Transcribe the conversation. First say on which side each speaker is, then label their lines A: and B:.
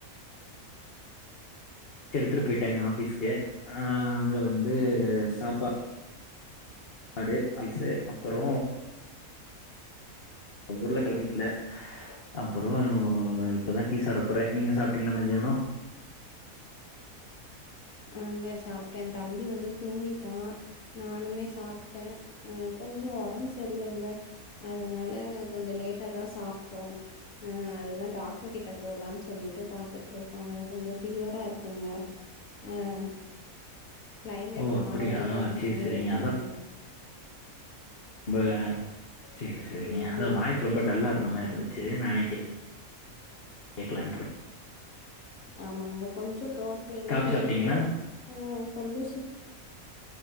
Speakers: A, on the left (about 45°); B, on the left (about 65°).
A: எடுத்துட்டு போயிட்டங்க ஆஃபீஸ்க்கு ஆஹ் அங்க வந்து சாப் பாடு <inaudible> அப்பறோ
B: <unintelligible>
A: உருளக்கெழங்கு வீட்ல அப்பறோ இப்பதா டீ சாப்ட போறே நீங்க சாப்ட்டீங்களா மதியானோ
B: ஆஹ்ங்க சாப்ட்டே தம்பி வந்து தூங்கி டோ நானுமே சாப்ட்டே அ கொஞ்சோ ஒடம்பு செர்லங்க அதனால கொஞ்ச லேட்டா தா சாப்ட்டோ அ அதுதா டாக்ட்ரு கிட்ட போலான் சொல்லிட்டு பாத்துட்ருக்கோங்க கொஞ்சோ ஃபீவரா இருக்குங்க ஏஹ் கிளைமேட்
A: ஓ
B: மாறவே
A: அப்படியா
B: அந்த
A: சேரி
B: மாரி
A: சேரிங்க
B: இருக்குங்க
A: ப சேர் செரிங்க
B: ம்
A: அதன் வாய்ஸ் ரொம்ப டல்லா ருந்த மார்ருந்துச்சு நானே கே கேக்கலான்ட்டுருக்
B: ஆமாங்க கொஞ்சோ ட்ரோட் பெயினு
A: காபி சாப்ட்டீங்களா
B: இருக்கு அஹ் கொஞ்ச சுக்